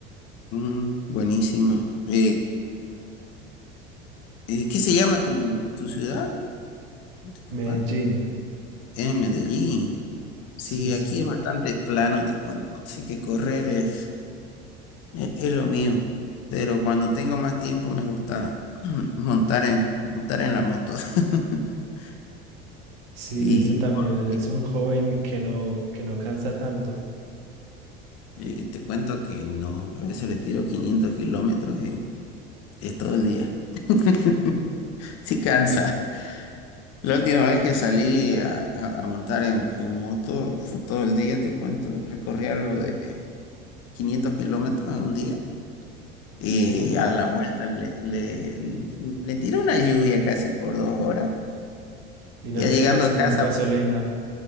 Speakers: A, on the left; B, on the right.
A: Mm, buenísimo. Eh, eh, ¿qué se llama tu, tu ciudad? Disculpa.
B: Medellín,
A: En Medellín. Sí,
B: sí, sí.
A: aquí es bastante plano, te cuento. Así que correr es, es, es lo mío. Pero cuando tengo más tiempo me gusta <clears throat> montar en, montar en la moto. <laughs>
B: Sí,
A: Y,
B: ese también
A: y por, y-
B: es un joven que no, que no cansa tanto.
A: y te cuento que no, a veces le tiro 500 kilómetros y es todo el día. <laughs> Sí cansa. La última vez que salí a, a- a montar en, en moto fue todo el día, te cuento. Recorrí algo de 500 kilómetros en un día y
B: Uf,
A: a la vuelta le, le, le tiré una lluvia casi por dos horas.
B: y no
A: Ya
B: te
A: llegando
B: quedas
A: a
B: sin
A: casa,
B: gasolina.